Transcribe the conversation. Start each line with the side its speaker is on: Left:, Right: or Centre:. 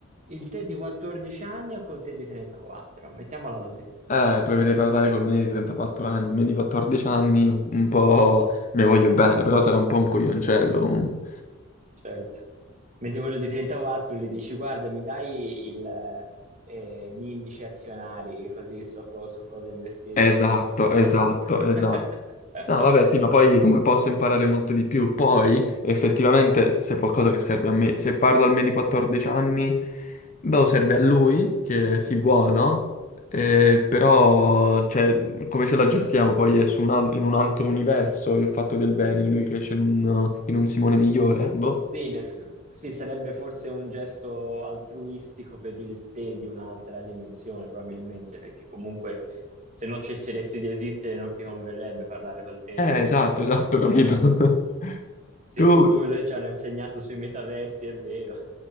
Right: il te di 14 anni o col te di 34? Mettiamola così.
Left: Eh, poi vedrei parlare col me di 34 anni, il me di 14 anni, un po' mi voglio bene, però sarà un po' un coglioncello comunque.
Right: Certo. Mentre quello di 34 gli dici, guarda, mi dai il, eh, gli indici azionari, così so co- su cosa investire
Left: Esatto,
Right: oggi, eh?
Left: esatto,
Right: <laughs>
Left: esatto. No, vabbè, sì, ma poi come posso imparare molto di più? Poi, effettivamente, se è qualcosa che serve a me, se parlo al me di 14 anni, beh, o serve a lui, che si buono, eh, però, cioè, come ce la gestiamo? Poi è su un al- in un altro universo, io ho fatto del bene, lui cresce in un, in un Simone migliore, boh.
Right: Sì, in eff- sì, sarebbe forse un gesto altruistico per il te di un'altra dimensione, probabilmente, perché comunque se no cesseresti di esistere non ti converrebbe parlare col te
Left: Eh, esatto,
Right: di 14
Left: esatto, capito.
Right: anni.
Left: <laughs>
Right: Se
Left: Tu,
Right: tutto quello che ci hanno insegnato sui metaversi è vero.